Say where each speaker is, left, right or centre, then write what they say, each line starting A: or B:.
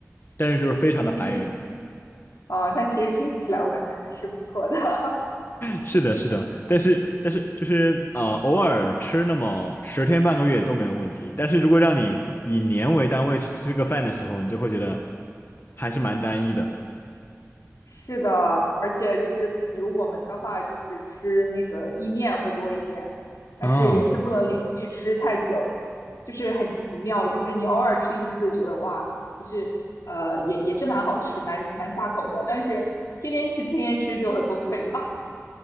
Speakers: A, on the left (about 45°); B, on the left (about 85°).
A: 但是就是非常的白人。
B: 但其实听呃，但其实听起来我感觉还是不错的。<laughs>
A: 是的，是的，但是但是就是呃，偶尔吃那么十天半个月都没有问题。但是如果让你以年为单位去吃个饭的时候，你就会觉得还是蛮单一的。
B: 是的，而且就是比如我们的话，就是吃那个意面会多一点，但是也是不能连续吃太久，
A: 啊，
B: 就是很奇妙，就是你偶尔吃一次，觉得哇，其实呃也也是蛮好吃，蛮蛮下口的，但是天天吃天天吃就会崩溃掉。